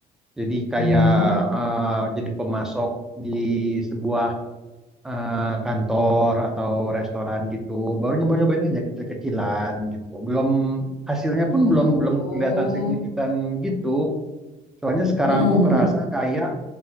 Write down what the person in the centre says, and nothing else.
Jadi kayak
eh, jadi pemasok di sebuah eh, kantor atau restoran gitu. Baru nyoba-nyobain aja kecil-kecilan gitu. Belum hasilnya pun
belum belum kelihatan signifikan gitu. Soalnya sekarang
tuh
kerasa kayak